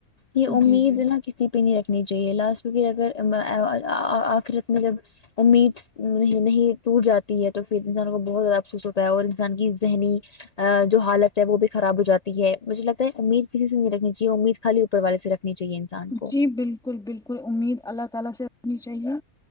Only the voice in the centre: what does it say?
جی جی
جی بالکل بالکل امید اللہ تعالی سے رکھنی چاہیے